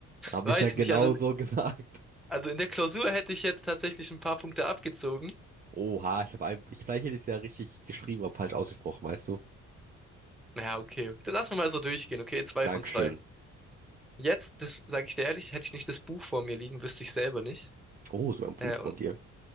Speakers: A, on the right; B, in the centre.
A: Habe
B: weiß
A: ich ja genau
B: ich nicht. Also, in-
A: so <laughs> gesagt.
B: also in der Klausur hätte ich jetzt tatsächlich ein paar Punkte abgezogen.
A: Oha, ich habe ein, ich, vielleicht hätte ich es ja richtig geschrieben, aber falsch ausgesprochen, weißt du?
B: Ja, okay. Dann lassen wir mal so durchgehen, okay? Zwei
A: Dankeschön.
B: von zwei. Jetzt, das sage ich dir ehrlich, hätte ich nicht das Buch vor mir liegen, wüsste ich selber nicht.
A: Oh, so ein Buch
B: Äh, und,
A: von dir.